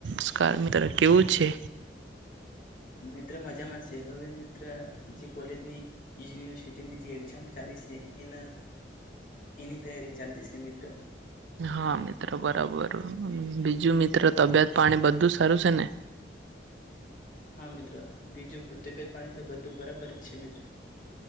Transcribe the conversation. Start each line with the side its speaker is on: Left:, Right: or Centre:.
Right: Scar મિત્ર કેવું છે?
Left: મિત્ર મજામાં છે. હવે મિત્ર જે કોલેજની યુનિવર્સિટીની જે એક્ઝામ ચાલી છે એના એની તૈયારી ચાલતી છે મિત્ર.
Right: હા મિત્રો બરાબર બીજું મિત્રો તબિયત પાણી બધું સારું છે ને?
Left: હા મિત્ર બીજું તબિયત પાણી તો બધું બરાબર જ છે મિત્ર.